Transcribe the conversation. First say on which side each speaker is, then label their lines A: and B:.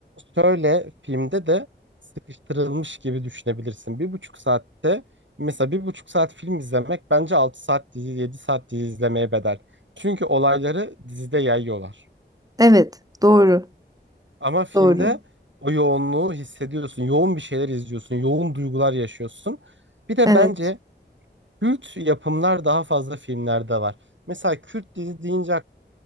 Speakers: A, on the right (about 80°); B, on the right (about 20°).
A: Şöyle filmde de sıkıştırılmış gibi düşünebilirsin. Bir buçuk saatte mesela bir buçuk saat film izlemek bence altı saat dizi, yedi saat dizi izlemeye bedel. Çünkü olayları dizide yayıyorlar.
B: Evet, doğru,
A: Ama filmde
B: doğru.
A: o yoğunluğu hissediyorsun. Yoğun bir şeyler izliyorsun. Yoğun duygular yaşıyorsun. Bir de
B: Evet.
A: bence Kürt yapımlar daha fazla filmlerde var. Mesela Kürt dizi deyince